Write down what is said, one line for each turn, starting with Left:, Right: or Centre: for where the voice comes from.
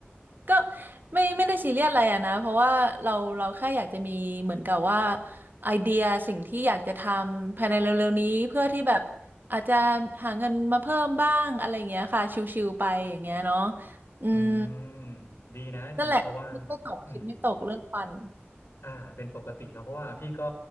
Right: ก็ไม่ไม่ได้ซีเรียสอะไรอะนะเพราะว่าเราเราแค่อยากจะมีเหมือนกับว่าไอเดียสิ่งที่อยากจะทำภายในเร็วๆนี้เพื่อที่แบบอาจจะหาเงินมาเพิ่มบ้างอะไรอย่างเงี้ยค่ะชิวๆไปอย่างเงี้ยเนาะอืม
Left: อืม ดีนะดีเพราะว่า
Right: นั่นแหละคิดไม่ตกคิดไม่ตกเรื่องฟัน
Left: อืม อ่าเป็นปกติเนอะเพราะว่าพี่ก็